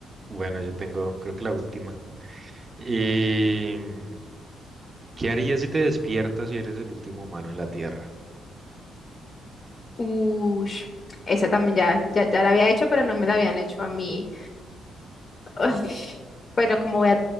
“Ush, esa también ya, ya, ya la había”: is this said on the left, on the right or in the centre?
Left